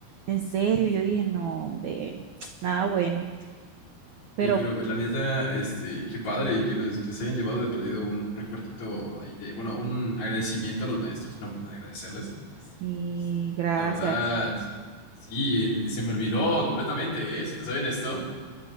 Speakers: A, on the right; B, on the left.
A: En serio,
B: sí, sí.
A: yo
B: sí.
A: dije, no, hombre, <tsk> nada bueno. Pero
B: Oye, pero la neta, este, qué padre que los que les hayan llevado de perdido un, un recuerdito ahí de, bueno, un agradecimiento a los maestros, una forma de agradecerles.
A: sí,
B: Este,
A: gracias.
B: la verdad, sí, el- se me olvidó completamente, ¿eh? Si te soy honesto,